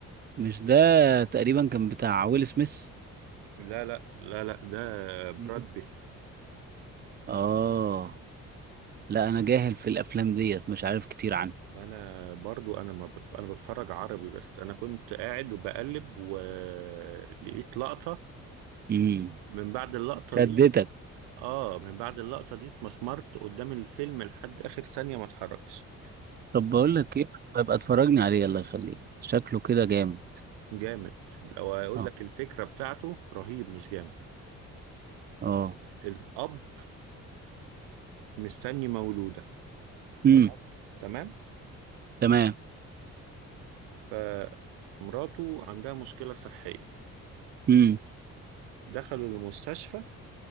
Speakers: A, on the right (about 25°); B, on the right (about 70°).
A: مش ده تقريبا كان بتاع ويل سميث
B: لا لا لا لا ده براد
A: مم.
B: بيت
A: اه لا انا جاهل في الافلام ديت مش عارف كتير عنها
B: انا برضو انا ما بتف... انا بتفرج عربي بس انا كنت قاعد وبقلب ولقيت لقطة
A: امم
B: من بعد اللقطة
A: شدتك
B: دي اه من بعد اللقطة دي اتمسمرت قدام الفيلم لحد اخر ثانية ما اتحركتش
A: طب بقول لك ايه ابقى اتفرجني عليه الله يخليك شكله كده جامد
B: الجامد لو اقول
A: اه
B: لك الفكرة بتاعته رهيب مش جامد
A: اه
B: الأب مستني مولودة
A: امم
B: تمام تمام
A: تمام
B: فمراته عندها مشكلة صحية
A: امم
B: دخلوا المستشفى